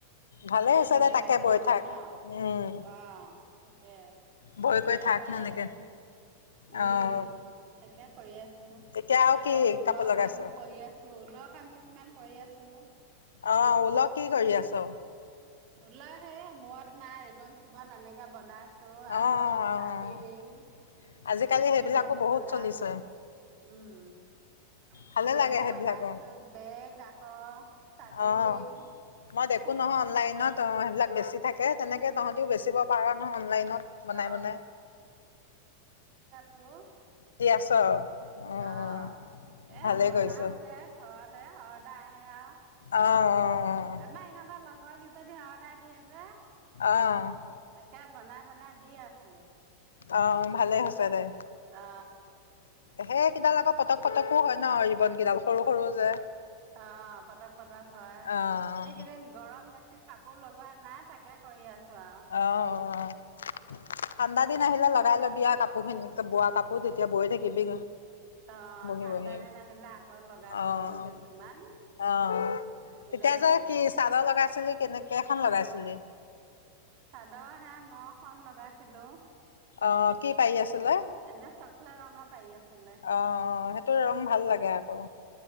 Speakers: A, on the left; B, on the right.
A: ভালে
B: এতিয়া
A: হৈছে
B: নিদিলেও
A: দে তাকে বৈ
B: নহয়
A: থাক।
B: ন
A: উম,
B: অ তাকে
A: বৈ
B: তাকে
A: থাক
B: কৰি
A: সেনেকে
B: আছো উম
A: অ',
B: তাকে কৰি আছোঁ
A: এতিয়া আৰু
B: আকৌ
A: কি
B: ঊলৰ
A: কাপোৰ লগাইছ?
B: কামো কৰি আছো। ঊলৰ কাম কিছুমান কৰি আছো।
A: আহ ওল কি কৰি আছ।
B: ঊল হে মূৰত মাৰা ৰিবন চিৱন এনেকে বনাই আছো। আকৌ
A: অ', অ',
B: চাবিৰিং
A: আজিকালি
B: এইবিলাকো
A: সেইবিলাকো বহুত
B: বনাই
A: চলিছে,
B: আছো। উম
A: ভালে
B: বেগো
A: লাগে সেইবিলাকো।
B: বনাইছো বেগ আক চাবি
A: অ',
B: ৰিং
A: মই দেখো
B: ফুল
A: নহয় অনলাইনত অ সেইবিলাক বেচি থাকে। তাকে তেনেকে তহঁতিও বেচিব পাৰ নহয় অনলাইনত বনাই
B: অ
A: বনাই
B: অঁ <unintelligible>
A: দি আছ অ', অ',
B: অঁ এ
A: ভালেই
B: বনাও
A: কৰিছ।
B: যে ঘৰতে অৰ্দাৰ আহে আৰু
A: অ', অ',
B: আমাৰ ইহঁতৰ লগ কিজনী অৰ্ডাৰ দিয়ে যে
A: অঁ
B: তাকে বনাই বনাই দি আছো।
A: আহ ভালেই হৈছে দে
B: অ
A: সেই কেইডাল
B: তাত
A: আকৌ পটক পটকো হয়। ন ৰিবনকেইডাল সৰু সৰু যে
B: অঁ পতক পটক হয়
A: অ',
B: এইকেইদিন গৰম বেছি কাপোৰ লগোৱা নাই তাকে কৰি আছো আৰু
A: অঁ অঁ ঠাণ্ডা দিন
B: অ
A: আহিলে লগাই লবিয়া কাপোৰ প বুৱা কাপৰ <unintelligible> এতিয়া বৈ থাকিবি
B: অ
A: বহি
B: ঠাণ্ডা
A: বহি
B: দিন আহিলে আকৌ লগাই ল'ম
A: অঁ
B: বোলো কেইযোৰমান
A: অঁ
B: সেই বুলিয়ে
A: তেতিয়া
B: ভাবিছো
A: যে কি চাদৰ লগাইছিলি কেনেকৈখন লগাইছিলি
B: চাদৰ সেয়া ন খন লগাইছিলো
A: অঁ কি পাৰি আছিলে
B: এনে চকলেট ৰঙৰ পাৰি আছিলে
A: অহ অহ সেইটো ৰং ভাল লাগে আকৌ